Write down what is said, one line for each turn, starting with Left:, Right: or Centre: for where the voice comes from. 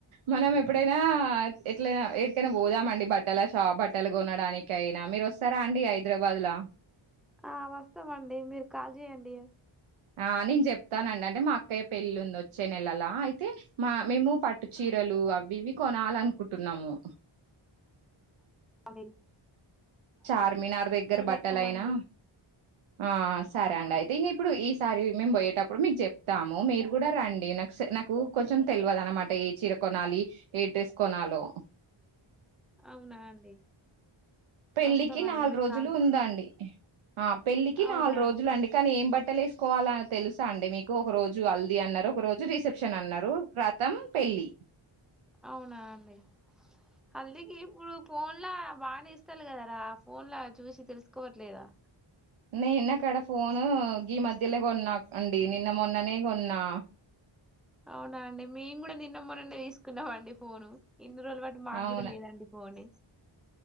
Right: మనం ఎప్పుడైనా అట్లయిన ఎటికైనా పోదామండి బట్టల షా బట్టలు కొనడానికయినా మీరు వస్తారా అండి హైదరాబాద్ ల
Centre: ఆ వస్తామండి మీరు కాల్ చేయండి
Right: ఆ నేను చెప్తానండి అంటే మా అక్కయ్య పెళ్ళి ఉంది వచ్చే నెలలా అయితే మా మేము పట్టు చీరలు అవి ఇవి కొనాలనుకుంటున్నాము
Centre: హ్
Right: చార్మినార్ దగ్గర బట్టలయినా
Centre: వస్తామండి
Right: ఆ సరే అండి అయితే ఇంగ్ ఇప్పుడు ఈసారి మేము పోయేటప్పుడు మీకు చెప్తాము మీరు కూడా రండి నాకు నాకు కొంచెం తెలియదు అన్నమాట ఏ చిర కొనాలి ఏ డ్రెస్ కొనాలో
Centre: అవునా అండి
Right: పెళ్ళికి
Centre: వస్తామండి
Right: నాలుగు
Centre: మీరు
Right: రోజులు
Centre: కాల్
Right: ఉందండి ఆ పెళ్ళికి
Centre: అవునా
Right: నాలుగు రోజులు అండి కానీ ఏం బట్టి బట్టలు వేసుకోవాల తెలుసా అండి మీకు ఒక రోజు హల్దీ అన్నారు ఒక రోజు రిసెప్షన్ అన్నారు రతం పెళ్ళి
Centre: అవునా అండి హల్దీ కి పూలు ఫోన్లా బాగానే ఇస్తి కదరా ఫోన్లా చూసి తెలుసుకోవట్లేదా
Right: నేను అక్కడ ఫోను ఈ మధ్యలో కొన్నా అండి నిన్న మొన్ననే కొన్నా
Centre: అవునా అండి మేము కూడా న మ నుం తీసుకున్నామండి ఫోను ఇన్ని రోజుల పాటు మాకు
Right: అవును
Centre: కూడా లేదండి ఫోన్